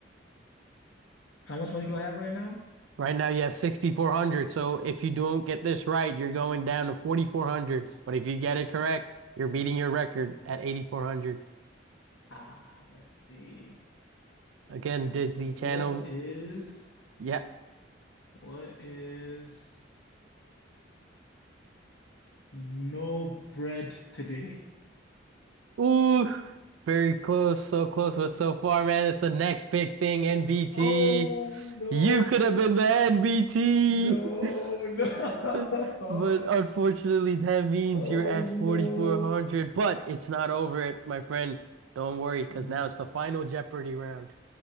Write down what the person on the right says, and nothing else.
Right now you have 6,400. So if you don't get this right, you're going down to 4,400. But if you get it correct, you're beating your record at 8,400.
Again, Disney
Channel.
Yeah.
Ooh, it's very close. So close, but so far, man. It's the next big thing, NBT.
You could
have been the NBT.
<laughs> <laughs> But unfortunately,
that means
you're at
4,400. But it's not over it, my friend. Don't worry, because
now it's the final Jeopardy round.